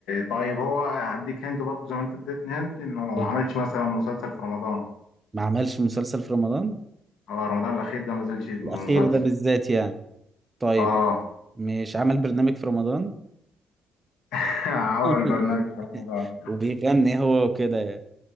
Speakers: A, on the left; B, on the right.
A: طيب هو هديك هنت برضه زي ما انت اديتني هنت انه ما
B: إيه.
A: عملش مثلا مسلسل في رمضان
B: ما عملش مسلسل في رمضان
A: اه رمضان الاخير ده ما نزلش بمسلسل
B: الاخير ده بالذات يعني طيب
A: اه
B: مش عمل برنامج في رمضان
A: <laughs> عمل
B: <laughs>
A: برنامج في رمضان
B: وبيغني هو وكده يعني